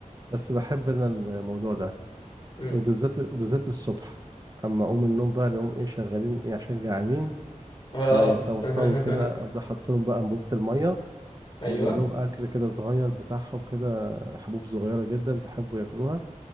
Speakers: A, on the right; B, on the left.
A: بس بحب أنا الموضوع ده
B: امم
A: وبالذات وبالذات الصبح أما أقوم من النوم بقى نقوم إيه شغالين إيه عشان جعانين
B: اه
A: فيصوصوا
B: <laughs>
A: كده أبدأ أحط لهم بقى أنبوبة المية
B: ايوه
A: وأجيب لهم أكل كده صغير بتاعهم كده حبوب صغيرة جدا بيحبوا ياكلوها